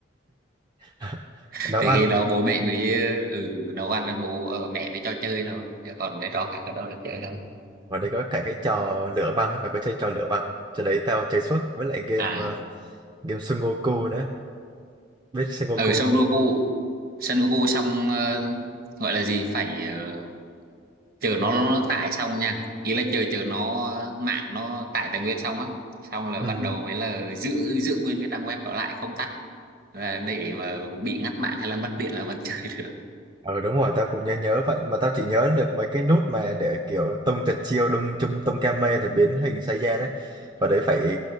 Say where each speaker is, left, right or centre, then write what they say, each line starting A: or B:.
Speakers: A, on the right (about 20°); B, on the right (about 45°).
A: <laughs>
B: <laughs>
A: nấu
B: thì
A: ăn
B: khi đó bố mẹ mới ừ nấu ăn với bố ở mẹ mới cho chơi thôi chứ còn mấy trò khác ở đâu được chơi đâu
A: Ngoài đây có cả cái trò lửa băng ấy, mày có chơi trò lửa băng không? Trò đấy tao chơi suốt với lại game
B: à
A: ờ, game Sudoku nữa. Biết Sudoku
B: ở sân
A: không?
B: Goku xong ờ, gọi là gì phải ờ, chờ nó, nó tải xong nha ý là chờ chờ nó mạng nó tải tài nguyên xong á xong là
A: Ừ.
B: bắt đầu mới là giữ giữ nguyên cái trang web đó lại không tắt và để mà bị ngắt mạng hay là mất điện là vẫn <laughs> chơi được
A: Ờ đúng rồi, tao cũng nhớ nhớ vậy mà tao chỉ nhớ được mấy cái nút mà để kiểu tung tuyệt chiêu đung chung tung kame rồi biến hình sai ra đấy. Và đấy phải